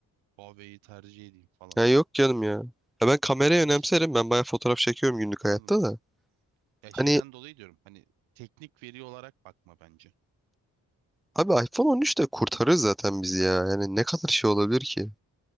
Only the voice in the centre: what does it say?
Ya yok canım ya. Ya ben kamerayı
önemserim. Ben bayağı fotoğraf çekiyorum günlük
hayatta da.
Hani
abi iPhone 13 de kurtarır zaten bizi ya. Yani ne kadar şey olabilir ki?